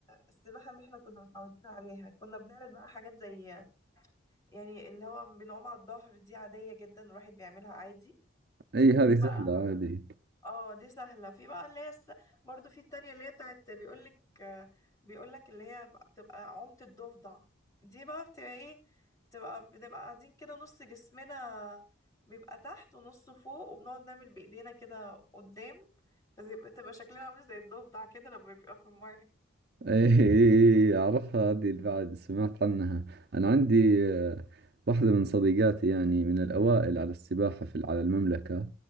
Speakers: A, on the left; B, on the right.
A: للسباحة اللي احنا كنا متعودين عليها كنا بنعمل بقى حاجات زي يعني اللي هو بنعوم على الظهر دي عادية جدا الواحد بيعملها عادي
B: اي
A: وفي
B: هذه سهلة
A: بقى
B: عادي
A: اه دي سهلة في بقى اللي هي الس... برضو في التانية اللي هي بتاعت بيقولك آه، بيقولك اللي هي بتبقى عمت الضفدع دي بقى بتبقى ايه بتبقى بنبقى قاعدين كده نص جسمنا بيبقى تحت ونصه فوق وبنقعد نعمل بإيدينا كده قدام فبتبقى شكلنا عامل زي الضفدع كده لما بيبقى في المية
B: ايه إيه، اعرفها هذه البعد سمعت عنها انا عندي آه، واحدة من صديقاتي يعني من الاوائل على السباحة في على المملكة